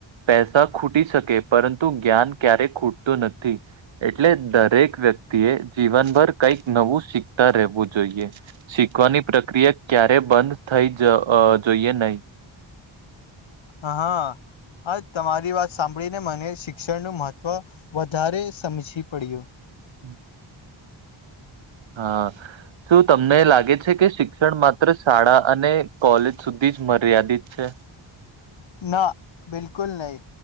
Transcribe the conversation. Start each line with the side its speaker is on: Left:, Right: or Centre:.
Right: પૈસા ખૂટી શકે પરંતુ જ્ઞાન ક્યારે ખૂટતું નથી. એટલે દરેક વ્યક્તિ એ જીવનભર કઈક નવું શીખતા રહેવું જોઈએ. શીખવાની પ્રક્રિયા ક્યારે બંધ થઇ જ જોઈએ નહી.
Left: હા હા હા તમારી વાત સાંભળીને મને શિક્ષણ ન મહત્ત્વ વધારે સમજીવી પડ્યું
Right: બ <inaudible> હા શું તમને લાગે છે કે શિક્ષણ માત્ર શાળા અને કોલેજ સુધી જ મર્યાદિત છે
Left: ના બિલકુલ નહી